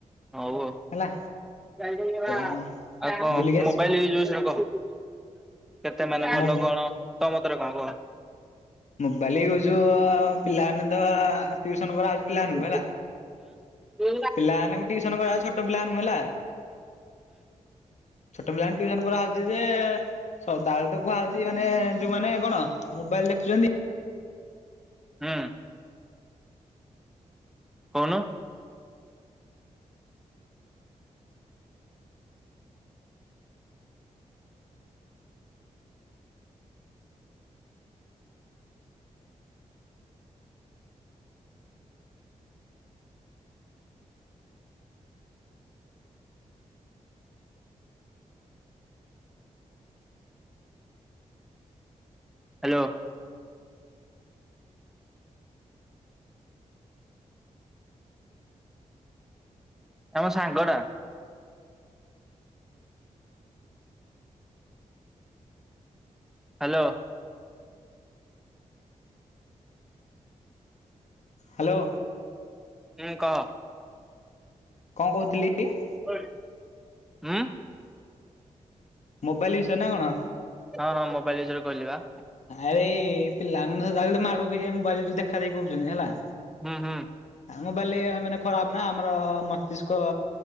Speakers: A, in the centre; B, on the left.
A: ହୋଉ ଆଉ
B: ହେଲା
A: ଆଉ
B: ତ
A: କଣ
B: ବୁଲିକି ଆସିବୁ।
A: ମୋବାଇଲ ବିଷୟରେ କଣ କହ? କେତେ ମାନେ ଭଲ
B: ମୋ
A: କଣ ତୋ ମତରେ କଣ <unintelligible>
B: ମୋବାଇଲ ଇୟୁଜ ପିଲାମାନେ ତ ଟିଉସନ କରାହଉଛି ପିଲାଙ୍କୁ
A: ହୁଁ
B: ହେଲା।
A: ହୁଁ
B: ପିଲାମାନଙ୍କୁ ଟିଉସନ କରାଯାଉଛି ଛୋଟ ପିଲାଙ୍କୁ ହେଲା। ଛୋଟ ପିଲାଙ୍କୁ ଟିଉସନ୍ କରାହେଉଛି ଯେ ସକାଳଠୁ କୁହାଯାଉଛି ମାନେ ଯୋଉମାନେ କଣ ମୋବାଇଲ ଦେଖୁଛନ୍ତି
A: ହୁଁ। କୋହୁନ ହ୍ୟାଲୋ। ମୋ ସାଙ୍ଗ ଟା ହ୍ୟାଲୋ।
B: ହ୍ୟାଲୋ।
A: ହୁଁ କହ?
B: କଣ କୋହୁଚୁ <unintelligible>
A: ହୁଁ।
B: ମୋବାଇଲ ବିଷୟ ନା କଣ?
A: ହଁ ହଁ ମୋବାଇଲ ବିଷୟରେ କୋହୁଚି ପା।
B: ଆରେ ପିଲାମାନେ <unintelligible> ସଦାବେଳେ ମାଡ ହୁଏ ମୋବାଇଲ ଦେଖା ଦେଖି କରୁଛନ୍ତିି ହେଲା।
A: ହୁଁ ହୁଁ।
B: ମୋବାଇଲ୍ ମାନେ ଖରାପ ନା ଆମର ମସ୍ତିଷ୍କ